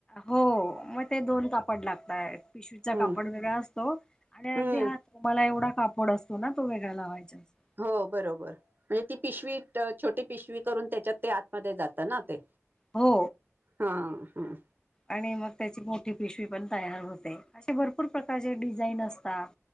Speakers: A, on the left; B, on the right.
A: हो मंग ते दोन कांपड लागतंय पिशवीचा
B: हम्म
A: कांपड वेगळां असतो आणि
B: हम्म
A: अगदी हां तुम्हांला एवढां कांपड असतो नां तो वेगळां लावायंचाअसतो
B: हो बरोबर म्हणजे ती पिशवी छोटी पिशवी करूंन त्यांच्यात ते आतमंध्ये जातं नां ते
A: हो
B: हां हंम
A: आणि मंग त्यांची मोठी मोठी पिशवी पणं तयार होते असे भरंपूर प्रकारचे डिझाईन असतांत